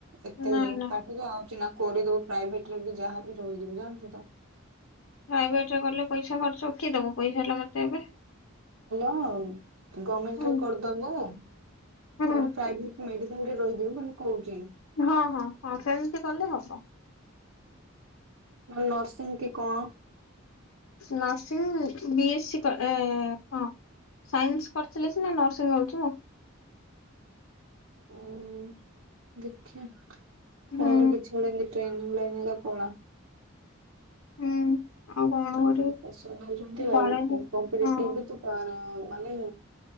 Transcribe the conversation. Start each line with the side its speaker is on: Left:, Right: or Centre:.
Right: ଏତେ
Left: ନାଇଁ
Right: ଇ
Left: ନାଇଁ
Right: ପାଠତ ଆଉ ଚିନା କରିଦବୁ ପ୍ରାଇଭେଟ୍ ରେ ବି ଯାହାବ ବି ରହିଯିବୁ ଜାଣିଚୁ ତ।
Left: ପ୍ରାଇଭେଟ୍ ରେ କଲେ ପଇସା ଖର୍ଚ୍ଚ କିଏ ଦବ ପଇସା ହେଲା ମତେ ଏବେ।
Right: ହେଲା ଆଉ ଗଭର୍ଣମେଣ୍ଟ
Left: ହୁଁ
Right: ରେ କରିଦବୁ ତାପରେ
Left: ହୁଁ
Right: ପ୍ରାଇଭେ ମେଡିକାଲ୍ ରେ ରହିଯିବୁ ବୋଲେ କହୁଚ଼ି।
Left: ହଁ ହଁ ହଁ ସେମିତି କଲେ ହବ।
Right: ନହେଲେ ନର୍ସିଂ କି କଣ।
Left: ନର୍ସିଂ ବିଏସି କ ଏ ହଁ। ସାଇନ୍ସି କରିଥିଲେ ସିନା ନର୍ସିଂ ହଉଥିବ।
Right: ଉୁଁ ଦେଖିଆ
Left: ହୁଁ
Right: କୁଆଡୁ କିଛି। ନଏଲେ ଏମିତି ଟ୍ରେନିଙ୍ଗ୍ ଲାଇନ୍ ହେଇକା ପଳା।
Left: ହୁଁ। ଆଉ କଣ
Right: ତତେ
Left: କରିବି
Right: ତ ପ୍ରେସର୍ ଦଉଛନ୍ତି
Left: କୁଆଡେ
Right: ଆଉ
Left: ବି
Right: କମ୍ପିଟେଟିଭ୍
Left: ହଁ
Right: ବି ତୁ। ପାଁରଉ ମାନେ